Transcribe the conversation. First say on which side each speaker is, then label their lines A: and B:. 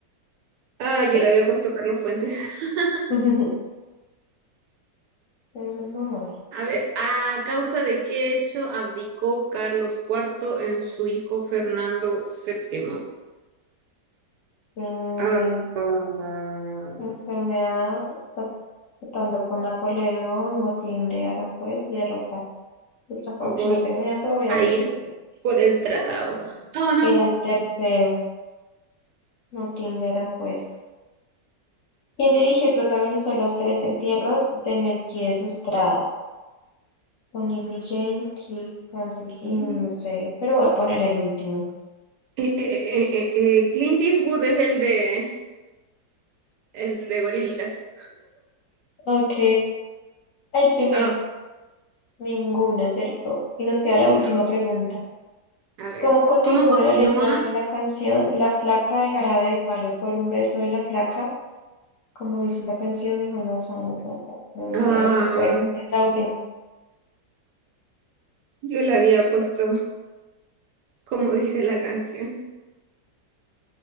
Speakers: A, on the right (about 75°); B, on the left (about 65°).
A: Ah,
B: sí.
A: yo le había puesto Carlos Fuentes. <laughs>
B: <laughs> Pedro Almodóvar.
A: A ver, ¿a causa de qué hecho abdicó Carlos Cuarto en su hijo Fernando VII?
B: Mm,
A: Ah, ah,
B: enfermedad. tratando con Napoleón, motín de Aranjuez y derrota otra, Trafalgar.
A: voy
B: No tengo idea, pero voy a
A: a
B: decir
A: ir
B: que este.
A: por el tratado.
B: Ah.
A: Oh, no.
B: Era el tercero, motín de Aranjuez. Quien dirigió y protagonizó las tres entierros de Melquíades Estrada? Tony Lee James, Cliff Francis,
A: ¿Qué?
B: mm, no sé, pero voy a poner el último.
A: Eh, eh, eh, eh, eh, Clint Eastwood es el de el de gorilas.
B: Ok, el primero,
A: Ah,
B: ninguno acertó. Y nos queda la
A: no.
B: última pregunta.
A: A ver,
B: ¿Cómo continúa
A: ¿cómo continúa
B: la letra de la canción La flaca de jarabe de palo por un beso de la flaca? Como dice la canción, mejor no saben rotas, lo diría
A: Ah,
B: lo que fuera. Es la última.
A: yo le había puesto, como dice la canción.